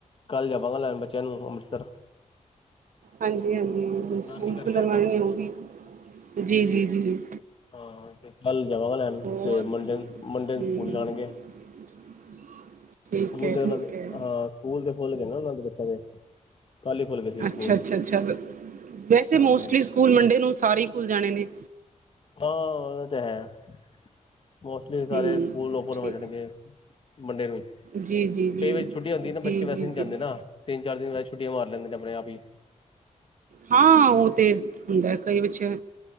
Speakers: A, on the left; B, on the right.
A: ਕੱਲ ਜਾਵਾਂਗਾ, ਲੈਣ ਬੱਚਿਆਂ ਨੂੰ, ਅੰਮ੍ਰਿਤਸਰ।
B: ਹਾਂਜੀ-ਹਾਂਜੀ।
A: ਨਾਨੀ
B: ਬਿਲਕੁਲ
A: ਘਰ ਗਏ
B: ਲਵਾਣੀ
A: ਨਾ
B: ਉਹ ਵੀ ਜੀ -ਜੀ, ਜੀ।
A: ਹਾਂ, ਤੇ ਕੱਲ ਜਾਵਾਂਗਾ ਲੈਣ
B: ਹੋਰ
A: ਤੇ ਮੰਡੇ-ਮੰਡੇ
B: ਹਮ
A: ਨੂੰ ਸਕੂਲ ਜਾਣਗੇ।
B: <unintelligible>
A: ਸਕੂਲ
B: ਹੈ
A: ਦੇ
B: ਠੀਕ
A: ਉਹਨਾਂ ਦੇ
B: ਹੈ
A: ਹਾਂ ਸਕੂਲ ਤੇ ਖੁੱਲ ਗਏ ਨੇ, ਉਹਨਾਂ ਦੇ ਬੱਚਿਆਂ ਦੇ ਕੱਲ ਹੀ ਖੁੱਲ ਗਏ ਸੀ ਸਕੂਲ
B: ਅੱਛਾ-ਅੱਛਾ, ਅੱਛਾ ਵੈਸੇ ਮੋਸਟਲੀ
A: ਹਾਂਜੀ
B: ਸਕੂਲ ਮੰਡੇ ਨੂੰ ਸਾਰੇ ਹੀ ਖੁੱਲ ਜਾਣੇ ਨੇ।
A: ਹਾਂ, ਉਹ ਤੇ ਹੈ। ਮੋਸਟਲੀ, ਸਾਰੇ
B: ਹਮ
A: ਸਕੂਲ ਓਪਨ
B: ਠੀਕ
A: ਹੋ ਜਾਣਗੇ ਮੰਡੇ ਨੂੰ।
B: ਜੀ ਜੀ ਜੀ
A: ਕਈ ਵਾਰੀ ਛੁੱਟੀ ਹੁੰਦੀ ਨਾ, ਬੱਚੇ
B: ਜੀ
A: ਵੈਸੇ
B: ਜੀ
A: ਨੀ ਜਾਂਦੇ
B: ਜੀ
A: ਨਾ ਤਿੰਨ- ਚਾਰ ਦਿਨ ਵੈਸੇ ਛੁੱਟੀਆਂ ਮਾਰ ਲੈਂਦੇ ਨੇ, ਆਪਣੇ ਆਪ ਹੀ।
B: ਹਾਂ, ਉਹ ਤੇ ਹੁੰਦਾ ਕਈ ਬੱਚਿਆਂ